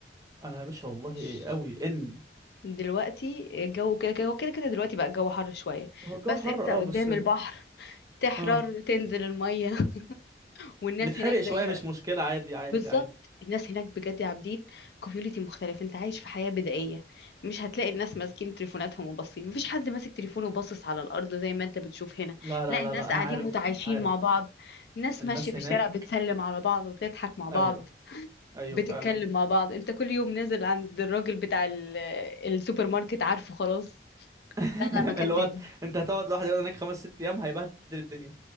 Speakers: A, on the right (about 20°); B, on the left (about 60°).
A: انا يا باشا والله
B: ش-
A: قوي ان
B: دلوقتي الجو كده كده هو كده كده دلوقتي بقى الجو حر شويه
A: هو الجو
B: بس
A: حر
B: انت
A: اه
B: قدام
A: بس
B: البحر تحرر
A: اه
B: تنزل الميه <laughs> والناس
A: نتحرق
B: هناك زي
A: شويه مش مشكله عادي عادي
B: بالظبط
A: عادي
B: الناس هناك بجد يا عابدين كوميونيتي مختلف انت عايش في حياة بدائية مش هتلاقي الناس ماسكين تليفوناتهم وباصين مفيش حد ماسك تليفونه وباصص على الأرض زي ما انت بتشوف هنا
A: لا لا
B: لا
A: لا
B: الناس
A: لا انا
B: قاعدين
A: عارف
B: متعايشين
A: عارف
B: مع بعض الناس
A: الناس
B: ماشية في
A: هناك
B: الشارع بتسلم على بعض وبتضحك مع بعض
A: ايوه ايوه
B: بتتكلم
A: فعلا
B: مع بعض انت كل يوم نازل عند الراجل بتاع ال- السوبر ماركت عارفه خلاص
A: <laughs>
B: لا لا مكان
A: اللي
B: تاني
A: هو ت- انت هتقعد لوحدك هناك خمس ست ايام هيبهدل الدنيا